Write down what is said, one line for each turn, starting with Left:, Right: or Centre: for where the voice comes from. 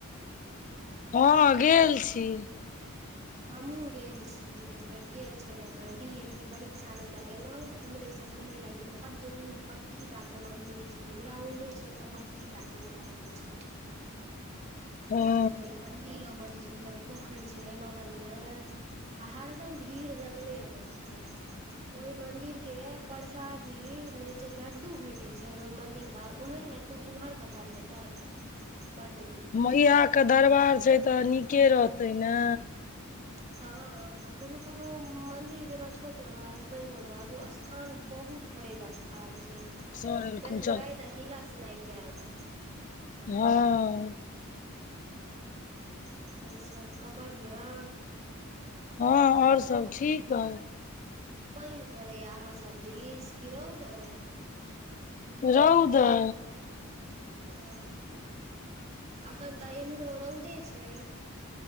Left: हँ गेल छी
Right: हमहुँ गेल छी एक बेर गेल छलहुँ हे बी एड के परीक्षा लेल गैलो तऽ उम्रे से घूम ल गेलों बड नीक बड़की टा के मंदिर छै ग्राउंडे छै तऽ बड़की टाके ग्राउंड दिखले
Left: हँ
Right: त ब मंदिरो बड सुंन्दर पोखरि छै बगल मे आ हरदम भीड़ लगले रह छै ओहि मंदिर के पर शादी में जे लड्डू भेटे छै ओहि मंदिर पर ओहेन लड्डू इम्हर कतऽ भेटत बड नीक
Left: मैइया के दरबार छै तऽ नीके रहतै ने
Right: हँ आ कोनो कोनो मंदिर जेना छोट रहल पैघो रहल ओ स्थान बहुत पैघ स्थान छै
Left: सर एलखुन
Right: देखबै
Left: चल
Right: तऽ हिलास से लागि जायत
Left: हँ
Right: आओर सभके बढ़िआँ
Left: हँ आओर सब ठीक हइ
Right: पानि पड़ै अहाँ सब दिस की रौद
Left: रौद है
Right: ओ अखन तऽ इमरो रौदे छै